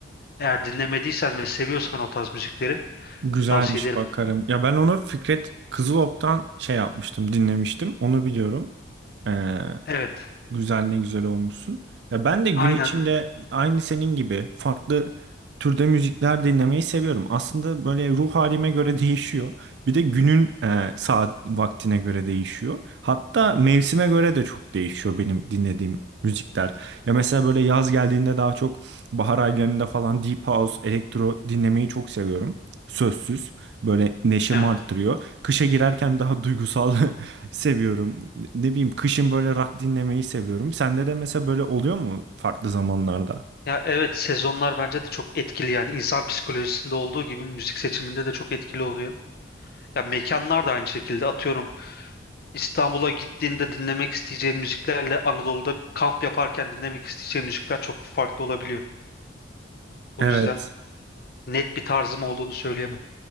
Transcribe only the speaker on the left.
Eğer dinlemediysen ve seviyorsan o tarz müzikleri
tavsiye ederim.
Evet,
aynen.
Evet.
Ya evet sezonlar bence de çok etkili yani insan psikolojisinde olduğu gibi müzik seçiminde de çok etkili oluyor. Ya mekanlar da aynı şekilde atıyorum İstanbul'a gittiğinde dinlemek isteyeceğin müziklerle Anadolu'da kamp yaparken dinlemek isteyeceğin müzikler çok farklı olabiliyor. O
yüzden net bir tarzım olduğunu söyleyemem.